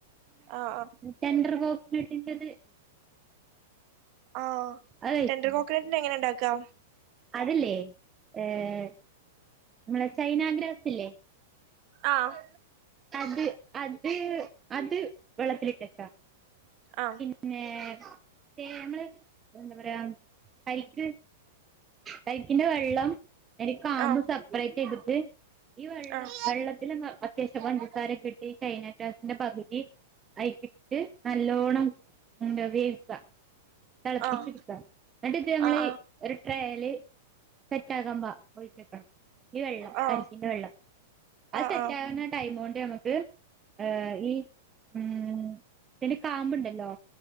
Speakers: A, on the right; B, on the right.
A: ആഹ് ആഹ്
B: ടെൻഡറ് കോഫി <unintelligible>
A: ആഹ്
B: അത് കഴിച്ചിട്ടുണ്ടോ
A: ടെൻഡർ കോക്കനട്ടിൻ്റെ എങ്ങനെ ഇണ്ടാക്കാ
B: അതില്ലേ ഏഹ് നമ്മള ചൈന ഗ്രാസ് ഇല്ലേ
A: ആഹ്
B: അത് അത് അത് വെള്ളത്തിലിട്ട് പിൻ
A: ആഹ്
B: പിന്നേ തേ നമ്മള് എന്താ പറയാ കരിക്ക് കരിക്കിന്റെ വെള്ളം അതിൻ്റെ കാമ്പ്
A: ആഹ്
B: സപ്പറേറ്റ് എടുത്ത് ഈ വെള്ള
A: ആഹ്
B: വെള്ളത്തിലിന്ന് അത്യാവശ്യം പഞ്ചസാരക്കെ
A: ആഹ്
B: ഇട്ട് ചൈനാ ഗ്രാസിന്റെ പകുതി അയിക്കിട്ട് നല്ലോണം എന്താ വേവിക്കാ തെളപ്പിച്ചെടുക്കാം
A: ആഹ്
B: എന്നിട്ട് നമ്മളീ
A: ആഹ്
B: ഒരു ട്രേയ്‌ല് സെറ്റാകാൻ പാ ഒഴിച്ച് വെക്കണം ഈ വെള്ളം
A: ആഹ്
B: കരിക്കിന്റെ വെള്ളം അത്
A: ആഹ്
B: സെറ്റാകണ
A: ആഹ്
B: ടൈമോണ്ട് നമ്മക്ക് ഏഹ് ഈ ഉം പിന്നെ ഈ കാമ്പുണ്ടല്ലോ